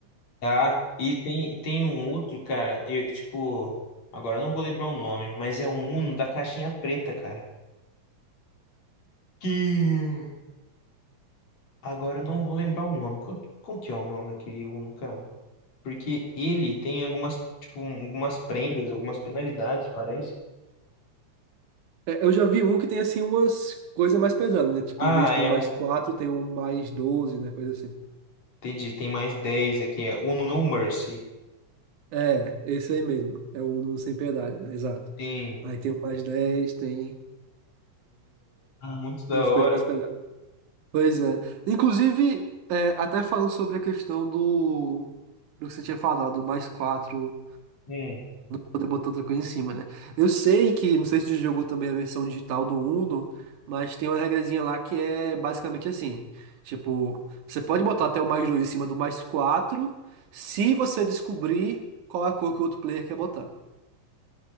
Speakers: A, on the left; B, on the right.
A: Tá. E tem, tem um outro, cara, eu que, tipo. Agora eu não vou lembrar o nome, mas é um Uno da caixinha preta, cara. Que. Agora eu não vou lembrar o nome. Qual, qual que é o nome daquele Uno, cara? Porque ele tem algumas, tipo, algumas prendas, algumas penalidades, parece.
B: É, eu já vi um que tem, assim, umas coisas mais pesadas, né? Tipo,
A: Ah,
B: em vez de
A: é,
B: ter um mais
A: o-
B: quatro, tem um mais doze né? Coisa assim.
A: entendi, tem mais 10 aqui, é Uno No Mercy.
B: É, esse aí mesmo. É o no Sem Piedade, né? Exato.
A: Tem,
B: Aí tem o mais dez tem
A: muito da
B: umas
A: hora.
B: coisas mais pesadas. Pois é. Inclusive, é, até falando sobre a questão do, do que você tinha falado, do mais 4
A: Hum.
B: poder botar outra coisa em cima, né? Eu sei que, não sei se tu jogou também a versão digital do Uno, mas tem uma regrazinha lá que é basicamente assim. Tipo, você pode botar até o mais 2 em cima do mais 4 se você descobrir qual é a cor que o outro player quer botar.